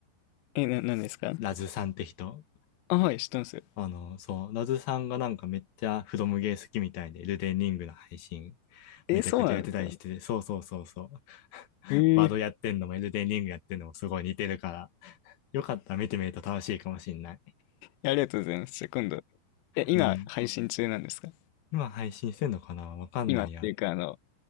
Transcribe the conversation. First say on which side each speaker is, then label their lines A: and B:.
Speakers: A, on the left; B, on the left.
A: え、な、なんですか
B: ラズさんって人
A: あ、はい、知ってますよ。
B: あの、そう、ラズさんがなんかめっちゃフロムゲー好きみたいで、エルデンリングの配信
A: え、
B: めちゃくちゃやってたりしてて、
A: そうなんですか
B: そうそうそうそう。<laughs>
A: えー、
B: バドやってんのもエルデンリングやってんのもすごい似てるから、よかったら見てみると楽しいかもしんない。
A: えありがとうございます。じゃあ今度。え、今、
B: うん。
A: 配信中なんですか
B: 今配信してんのかなわかんないや。
A: 今っていうか、あの、